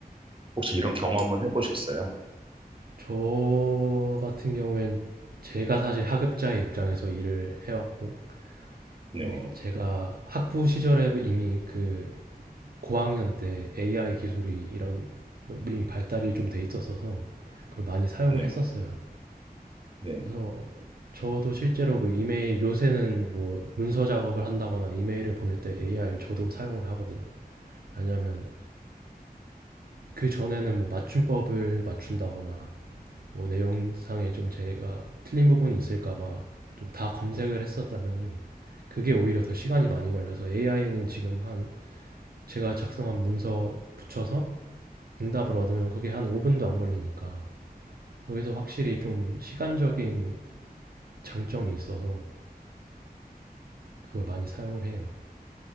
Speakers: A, on the right (about 35°); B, on the right (about 70°).
A: 혹시 이런 경험은 해보셨어요?
B: 저 같은 경우엔 제가 사실 학업자의 입장에서 일을 해왔고,
A: 네,
B: 어, 제가 학부 시절에 이미 그 고학년 때 AI 기술이 이런 이미 발달이 좀 돼 있었어서 그걸 많이 사용을
A: 네,
B: 했었어요.
A: 네.
B: 그래서 저도 실제로 뭐 이메일 요새는 뭐 문서 작업을 한다거나 이메일을 보낼 때 AI를 저도 사용을 하거든요. 왜냐하면 그 전에는 뭐 맞춤법을 맞춘다거나 뭐 내용상에 좀 제가 틀린 부분이 있을까봐 좀 다 검색을 했었다면은 그게 오히려 더 시간이 많이 걸려서 AI에는 지금 한 제가 작성한 문서 붙여서 응답을 얻으면 그게 한 5분도 안 걸리니까 거기서 확실히 좀 시간적인 장점이 있어서 그걸 많이 사용을 해요.